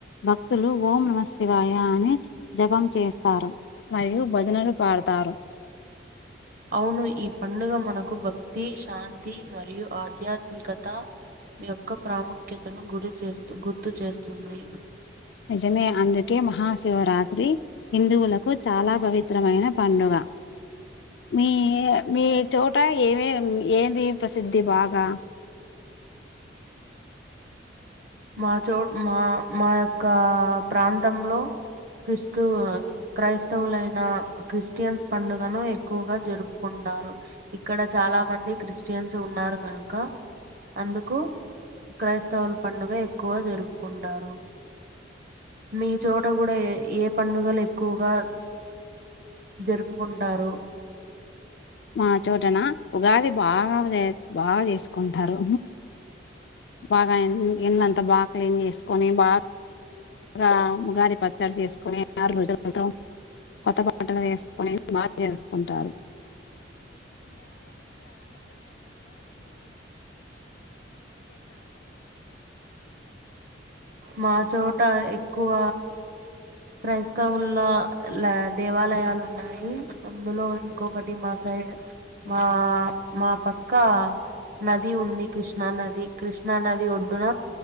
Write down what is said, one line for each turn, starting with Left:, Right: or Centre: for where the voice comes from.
Left: భక్తులు ఓం నమ సివాయ అని జపం చేస్తారు, మరియు భజనలు పాడతారు.
Right: అవును ఈ పండుగ మనకు భక్తి, శాంతి మరియు ఆధ్యాత్మికత యొక్క ప్రాముఖ్యతను గురిచేస్తు, గుర్తుచేస్తుంది.
Left: నిజమే, అందుకే మహాశివరాత్రి హిందువులకు చాలా పవిత్రమైన పండుగ. మీ మీ చోట ఏమేం ఏందీ ప్రసిద్ధి బాగా.
Right: మా చోట్, మా మా యొక్క ప్రాంతంలో క్రీస్తు, క్రైస్తవులైన క్రిస్టియన్స్ పండుగను ఎక్కువగా జరుపుకుంటారు. ఇక్కడ చాలా మంది క్రిస్టియన్స్ ఉన్నారు గనుక, అందుకు క్రైస్తవుల పండుగ ఎక్. ఎక్కువ జరుపుకుంటారు. మీ చోట గూడా యే ఏ పండుగలు ఎక్కువగా జరుపుకుంటారు.
Left: మా చోటనా ఉగాది బాగానే బాగా జేసుకుంటారు. బాగా ఎన్ ఇన్నంత బాగా క్లీన్ చేసుకొని, బాగ్ గా ఉగాది పచ్చడ జేస్కొని, ఆరు రోజులతో కొత్త బటలు ఏసుకొని బాగ్ చేసుకుంటారు.
Right: మా చోట ఎక్కువ క్రైస్తవుల లా దేవాలయాలు ఉన్నాయి. అందులో ఇంకొకటి మా సైడ్ మా, మా పక్క నది ఉంది కృష్ణా నది. కృష్ణా నది ఒడ్డున